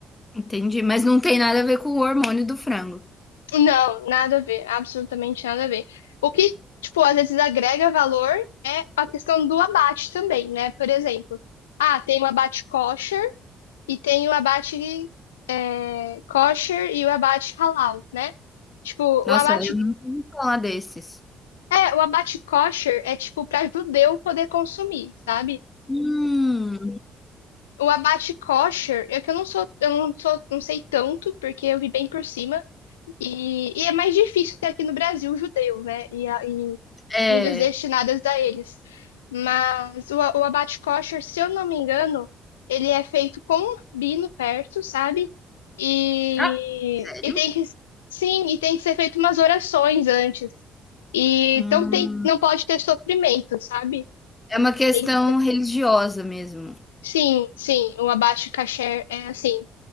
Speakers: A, on the left; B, on the left.
A: Entendi, mas não tem nada a ver com o hormônio do frango.
B: Não, nada a ver. Absolutamente nada a ver. O que, tipo, às vezes agrega valor é a questão do abate também, né? Por exemplo, ah, tem o abate kosher e tem o abate é, kosher e o abate halal, né? Tipo, o
A: Nossa,
B: abate
A: eu nunca ouvi falar desses.
B: É, o abate kosher é tipo para judeu poder consumir, sabe?
A: Hum,
B: O abate kosher, é que eu não sou, eu não sou, não sei tanto, porque eu vi bem por cima, e, e é mais difícil ter aqui no Brasil judeu, né? E, a- e
A: é.
B: comidas destinadas a eles. Mas o, a- o abate kosher, se eu não me engano, ele é feito com um rabino perto, sabe? E,
A: Ah, sério?
B: e tem que, sim, e tem que ser feito umas orações antes. E
A: Hum,
B: então tem, não pode ter sofrimento, sabe?
A: é uma questão
B: Tem-
A: religiosa mesmo.
B: sim, sim, o abate kasher é assim.